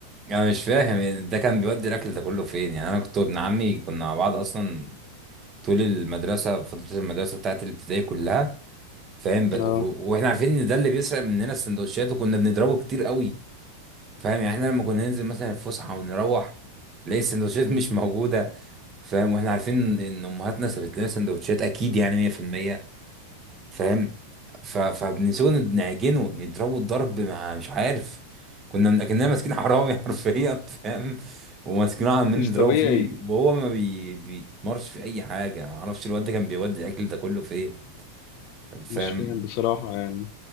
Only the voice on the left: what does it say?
اه
مش
طبيعي
مش فاهم بصراحة يعني